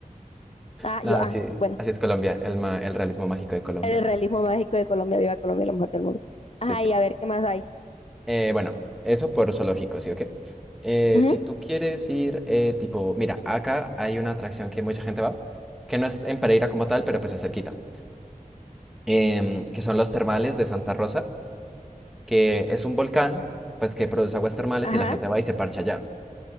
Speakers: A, on the left; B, in the centre.
A: Ah,
B: Nada,
A: yo, ah,
B: sí,
A: bueno.
B: así es Colombia, el, ma- el realismo mágico de Colombia.
A: El realismo mágico de Colombia. Viva Colombia, la mujer del mundo.
B: Sí,
A: Ajá,
B: sí.
A: y a ver qué más hay.
B: Eh, bueno, eso por zoológico, ¿sí o qué? Eh,
A: Ujú,
B: si tú quieres ir, eh, tipo, mira, acá hay una atracción que mucha gente va, que no es en Pereira como tal, pero pues es cerquita, em, que son los termales de Santa Rosa, que es un volcán, pues que produce aguas termales
A: ajá.
B: y la gente va y se parcha allá.